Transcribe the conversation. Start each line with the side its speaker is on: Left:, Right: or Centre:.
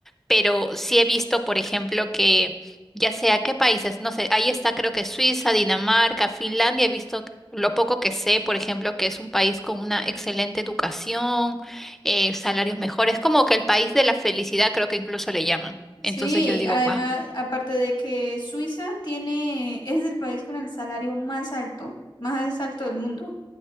Centre: pero sí he visto, por ejemplo, que ya sea qué países, no sé, ahí está creo que Suiza, Dinamarca, Finlandia, he visto lo poco que sé, por ejemplo, que es un país con una excelente educación, eh, salarios mejores, como que el país de la felicidad creo que incluso le llaman.
Left: Sí,
Centre: Entonces yo digo,
Left: además,
Centre: wow,
Left: aparte de que Suiza tiene, es el país con el salario más alto, más alto del mundo.